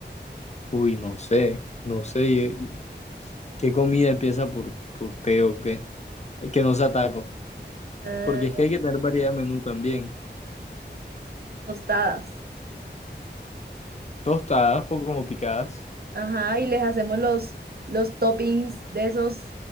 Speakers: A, on the left (about 40°); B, on the right (about 55°).
A: uy, no sé, no sé. yo- yo- ¿qué comida empieza por, por T o qué? Que no sea tacos.
B: Ah,
A: Porque es que hay que tener variedad de menú también.
B: tostadas.
A: Tostadas o como picadas.
B: Ajá, y les hacemos los, los toppings de esos